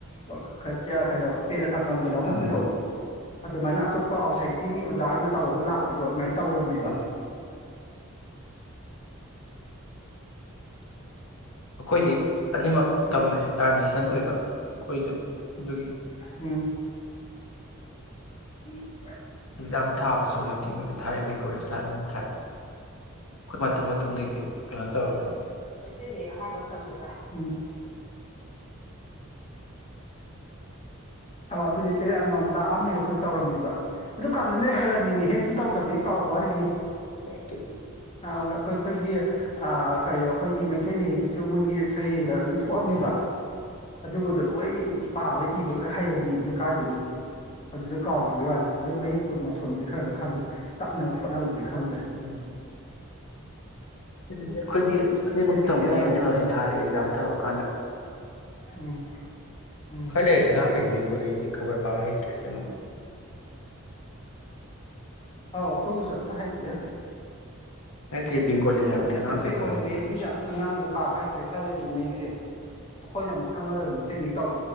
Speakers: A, on the left; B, on the left.
A: ꯍ ꯀ ꯁꯌꯥ ꯀꯅꯣ ꯄꯦꯔꯠ ꯑꯃꯃꯝꯒ ꯂꯧꯍꯟꯕꯗꯣ
B: ꯎꯝ
A: ꯑꯗꯨꯃꯥꯏꯅ ꯑꯇꯣꯞꯄ ꯑꯥꯎꯠꯁꯥꯏꯠꯀꯤ ꯃꯤ ꯑꯣꯖꯥ ꯑꯣꯏꯅ ꯇꯧꯔꯒ ꯂꯥꯛꯄꯤꯗꯣ ꯑꯗꯨꯃꯥꯏꯅ ꯇꯧꯔꯝꯃꯦꯕ
B: ꯎꯝ ꯑꯩꯈꯣꯏꯗꯤ ꯑꯅꯤꯃꯛ
A: ꯎꯝ
B: ꯇꯝꯃꯦ ꯇ꯭ꯔꯥꯟꯖꯦꯛꯁꯟ ꯑꯣꯏꯕ ꯑꯩꯈꯣꯏꯁꯨ ꯑꯗꯨꯒꯤ
A: ꯎꯝ ꯎꯝ ꯆ
B: ꯑꯦꯛꯖꯥꯝ ꯊꯥꯕꯁꯨ ꯃꯩꯇꯩ ꯃꯌꯦꯛꯇ ꯊꯥꯔꯛꯑꯦ ꯕꯦꯡꯒꯣꯂꯤꯁꯨ ꯊꯥꯔꯛꯑꯦ ꯑꯅꯤꯃꯛ ꯊꯥꯔꯛꯑꯦ ꯑꯩꯈꯣꯏ ꯃꯇꯨꯡ ꯃꯇꯨꯡꯗꯩꯗꯤ ꯀꯩꯅꯣ ꯇꯧꯔꯕꯅꯤ
A: ꯃꯩꯇꯩ ꯃꯌꯦꯛ ꯑꯍꯥꯟꯕ ꯇꯝꯕꯗ ꯎꯝ꯫ ꯑ ꯑꯗꯨꯗꯤ ꯄꯦꯔꯦꯠ ꯑꯃꯃꯝ ꯇꯥꯛꯑꯝꯃꯤꯔꯣ ꯑꯩꯈꯣꯏ ꯇꯧꯔꯝꯃꯤꯕ ꯑꯗꯨ ꯀꯥꯟꯗ ꯂꯣꯏ ꯍꯩꯔꯝꯃꯤꯅꯤꯍꯦ ꯁꯨꯝ ꯇꯧꯗꯕꯒꯤ ꯀꯥꯎꯕ ꯋꯥꯅꯤꯍꯦ
B: ꯍ ꯑꯗꯨ
A: ꯑꯩ ꯑꯩꯈꯣꯏꯒꯤ ꯀꯩꯅꯣ ꯑꯩꯈꯣꯏꯒꯤ ꯃꯩꯇꯩ ꯃꯌꯦꯛꯀꯤꯁꯨ ꯃꯣꯏꯒꯤ ꯁꯩꯔꯦꯡꯒ ꯊꯣꯛꯑꯝꯅꯤꯕ
B: ꯎꯝ
A: ꯑꯗꯨꯒꯗꯣ ꯂꯣꯏ ꯄꯥꯕ ꯏꯕ ꯂꯣꯏ ꯍꯩꯔꯝꯃꯤꯅꯤ ꯍꯦꯛ ꯀꯥꯏꯗꯣꯏꯅꯣ ꯑꯗꯨꯗ ꯀꯥꯎꯈꯤꯕꯒꯤ ꯋꯥꯅꯤ ꯑꯗꯨ ꯃꯌꯦꯛꯇꯨ ꯃꯁꯣꯟꯕꯨꯗꯤ ꯈꯔ ꯈꯔ ꯈꯪꯉꯤ ꯇꯞꯅꯕ ꯈꯣꯠꯅꯕꯕꯨꯗꯤ ꯈꯗ꯭ꯔ
B: ꯎꯝ ꯑꯗꯨꯅꯤ ꯑꯩꯈꯣꯏꯗꯤ ꯑꯅꯤꯃꯛ
A: ꯁꯦꯇꯤꯛ
B: ꯇꯝꯃꯦ
A: ꯆꯦꯔꯥ ꯉꯥꯛꯇꯅꯤꯅ
B: ꯑꯅꯤꯃꯛꯁꯨ ꯊꯥꯔꯛꯑꯦ ꯑꯦꯛꯖꯥꯝ ꯊꯥꯕ ꯀꯥꯟꯗ
A: ꯎꯝ ꯎꯝ
B: ꯈꯜꯂ ꯍꯥꯏꯦ ꯉꯉ ꯀꯩꯦꯕꯤ ꯀꯖꯤ ꯈꯕꯔ ꯄꯥꯎ ꯍꯦ ꯇꯦ ꯀꯩꯅꯣ
A: ꯑꯥꯎ ꯑꯩꯈꯣꯏꯒꯤꯁꯨ ꯑꯝꯇ ꯍꯩꯇ꯭ꯔꯦ ꯍꯧꯖꯤꯛ
B: ꯅꯠꯇꯦ ꯕꯦꯡꯒꯣꯂꯤ ꯍꯥꯏꯕꯅꯤꯗ
A: ꯍꯧꯖꯤꯛꯀꯤ
B: ꯑꯉꯥꯡꯈꯩꯗꯣ
A: ꯕꯦꯡꯒꯣꯂꯤ
B: ꯍꯥꯏꯕꯅꯤꯗ
A: ꯃꯌꯦꯛꯁꯤꯡꯁꯦ ꯑ ꯑꯉꯥꯡꯁꯦ ꯄꯥꯕ ꯍꯩꯇ꯭ꯔꯦ ꯈꯜꯂꯗꯤ ꯃꯌꯦꯛꯁꯦ ꯑꯩꯈꯣꯏꯅ ꯑꯃꯨꯛ ꯈꯪꯔꯒ ꯃꯇꯇꯩ ꯃꯌꯦꯛ ꯇꯧ